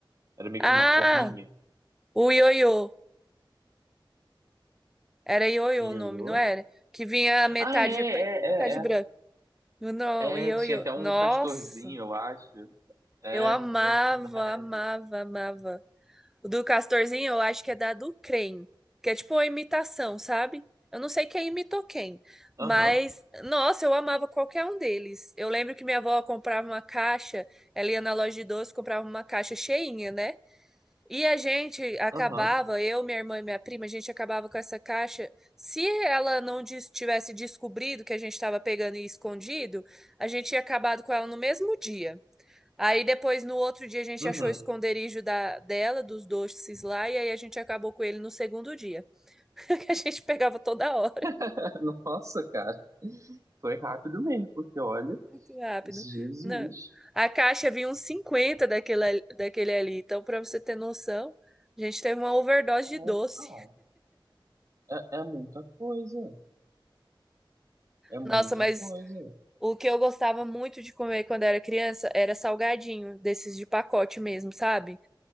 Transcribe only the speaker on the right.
Era meio
que numa forminha.
Ioiô?
Ah, é, é,
é,
é.
É, tinha até um
castorzinho, eu acho. É,
verdade.
Aham,
aham,
uhum.
<laughs> Nossa, cara, foi rápido mesmo, porque olha,
Jesus.
É,
não, é, é muita coisa, é muita
coisa.